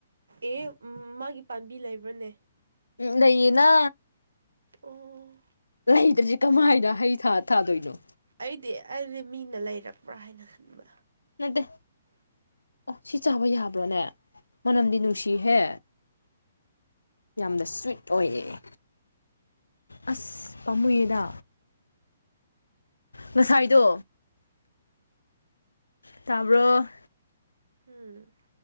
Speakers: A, on the right; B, on the left.
A: ꯑꯦ ꯃꯥꯒꯤ ꯄꯥꯝꯕꯤ ꯂꯩꯕ꯭ꯔꯅꯦ
B: ꯎꯝ ꯂꯩꯌꯦꯅ
A: ꯑꯣ
B: ꯂꯩꯗ꯭ꯔꯁꯤ ꯀꯃꯥꯏꯅ ꯍꯩ ꯊꯥ ꯊꯥꯗꯣꯏꯅꯣ
A: ꯑꯩꯗꯤ ꯑꯩꯗꯤ ꯃꯤꯅ ꯂꯩꯔꯛꯄ꯭ꯔꯥ ꯍꯥꯏꯅ ꯈꯟꯕ
B: ꯅꯠꯇꯦ ꯑꯣ ꯁꯤ ꯆꯥꯕ ꯌꯥꯕ꯭ꯔꯣꯅꯦ ꯃꯅꯝꯗꯤ ꯅꯨꯡꯁꯤꯍꯦ ꯌꯥꯝꯅ ꯁ꯭ꯋꯤꯠ ꯑꯣꯏꯌꯦ ꯑꯁ ꯄꯥꯝꯃꯨꯌꯦꯗ ꯉꯁꯥꯏꯗꯣ ꯇꯥꯕ꯭ꯔꯣ
A: ꯎꯝ